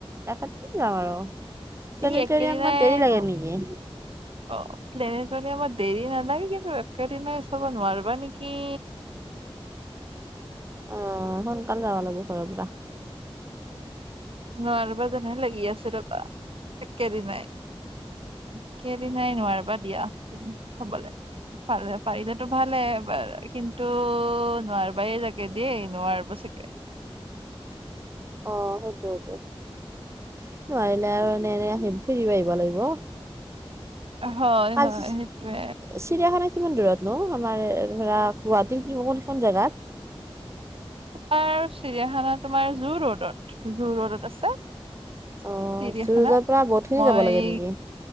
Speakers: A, on the right; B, on the right.
A: একে দিনাই যাম আৰু প্লেটৰিয়ামত
B: সেই একেদিনাই
A: দেৰি লাগে
B: ন
A: নেকি <unintelligible>
B: অ প্লেনটেৰিয়াম দেৰি নালাগে কিন্তু একেদিনাই চাব নোৱাৰিবা নেকি
A: অ সোনকালে যাব লাগিব ঘৰৰ পৰা
B: নোৱাৰিবা যেনহে লাগি আছে ৰবা একেদিনাই একেদিনাই নোৱাৰিবা দিয়া তুমি চাবলে পাৰে পাৰিলেতো ভালে বাৰু কিন্তু নোৱাৰিবাই চাগে দেই নোৱাৰিবা চাগে
A: অ সেইটোৱেটো নোৱাৰিলে আৰু এনে এনে আহিম ফুৰিব আহিব লাগিব
B: হয়
A: কাজি
B: হয় সেইটোৱে
A: চিৰিয়াখানা কিমান দূৰত নো আমাৰ ধৰা গুৱাহাটীৰ কোনখন জেগাত
B: তোমাৰ চিৰিয়াখানা তোমাৰ জু ৰোডত জু ৰোডত আছে চিৰিয়াখানা
A: অ' জু-ৰোডৰ পৰা বহুতখিনি
B: মই
A: যাব লাগে নেকি?